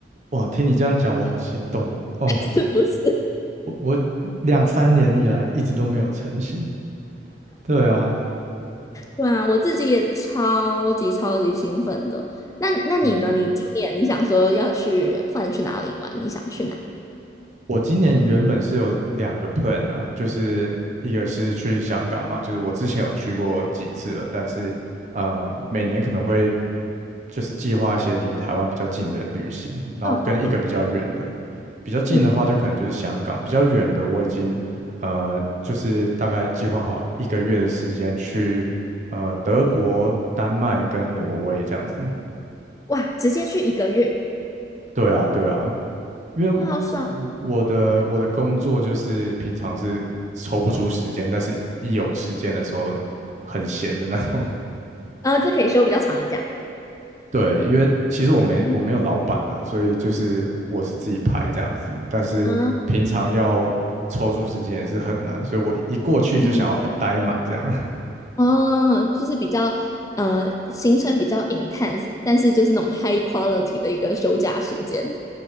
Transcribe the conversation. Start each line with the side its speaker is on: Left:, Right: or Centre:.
Right: 哇，听你这样讲，我好心动哦。哦，
Left: <laughs> 是不是？
Right: 我我两三年以来一直都没有成行。对啊，
Left: 对啊，我自己也超级超级兴奋的。那那你呢？
Right: 嗯。
Left: 你今年你想说要去 plan 去哪里玩？你想去哪？
Right: 我今年原本是有两个 plan 啊，就是一个是去香港嘛，就是我之前有去过几次了，但是呃，每年可能会就是计划一些离台湾比较近的旅行，然后跟一个比较远的，
Left: 嗯嗯嗯，
Right: 比较近的话就可能就是香港，
Left: 嗯，
Right: 比较远的我已经呃就是大概计划好一个月的时间去呃德国、丹麦跟挪威这样子。
Left: 哇，直接去一个月，
Right: 对啊，对啊，因为
Left: 哇，好爽！
Right: 我我的我的工作就是平常是抽不出时间，但是一有时间的时候很闲的那种。
Left: 呃，这可以休比较长的假。
Right: <laughs> 对，因为其实我没我没有老板啊，
Left: 嗯
Right: 所以就是我是自己排这样子，但是平常要抽出时间也是很难，
Left: 啊，
Right: 所以我一过去就想要把待满这样。
Left: 嗯，
Right: <laughs>
Left: 哦，就是比较呃行程比较 intense，但是就是那种 high quality 的一个休假时间。